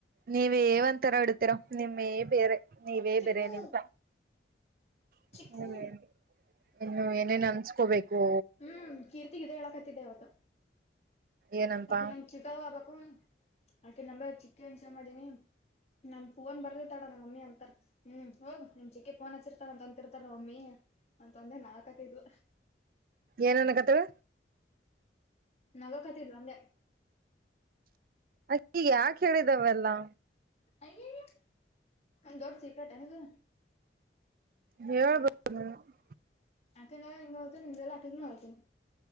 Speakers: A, on the right; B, on the left.
A: ನೀವೇ ಒಂತರ ಇಡಡ್ತೀರಾ ನಿಮ್ಮೇ ಬೇರೆ ನೀವೇ
B: ಚಿಕ್ಕು
A: ಬೇರೆ ನಿಮ್ <unintelligible>
B: ಚಿಕ್ಕು
A: ಇನ್ನು ಏನೇನ್ ಅನ್ಸ್ಕೋಬೇಕೋ
B: ಹ್ಮ್ ಕೀರ್ತಿಗೆ ಇದೆ ಹೇಳಕತ್ತಿದ್ದೆ ಇವತ್ತು
A: ಏನಂತ
B: ಅಕಿ ನಮ್ ಚಿಗವ್ವಾ ಆಗ್ಬೆಕು ಆಕಿ ನಂಬರ್ ಚಿಕ್ಕಿ ಅಂತ್ ಸೆಲ್ ಮಾಡೆನಿ ನನ ಫೋನ್ ಬರ್ದತಳ ನಮ್ಮ ಮಮ್ಮಿ ಅಂತಾ ಹ್ಮ್ ಹೋಗ್ ನಿಮ್ ಚಿಕ್ಕಿ ಫೋನ್ ಹಚ್ಚಿರಿ ಅಂತ್ತಿರ್ತಾರೆ ನಮಮ್ಮಿ ಅಂತಂದೆ ನಗಾಕತ್ತಾದ್ಲು
A: ಏನ್ನ್ನಾಕತ್ತಾಳ
B: ನಗಾಕತ್ತಿದ್ಲ ಅಂದೆ
A: ಅಕ್ಕೀಗ ಯಾಕ್ ಹೇಳಿದಾವೆಲ್ಲಾ
B: ಅಯ್ಯಯ್ಯ ಏನ್ ದೊಡ್ ಸಿಕ್ರೆಟ್ ಏನ್ ಇದ
A: ಹೇಳ್ <unintelligible>
B: ಅಕಿನ <unintelligible> ನಿಂದ್ ಎಲ್ಲಾ ಅಕಿಗ್ನು ಹೆಳ್ತೆನಿ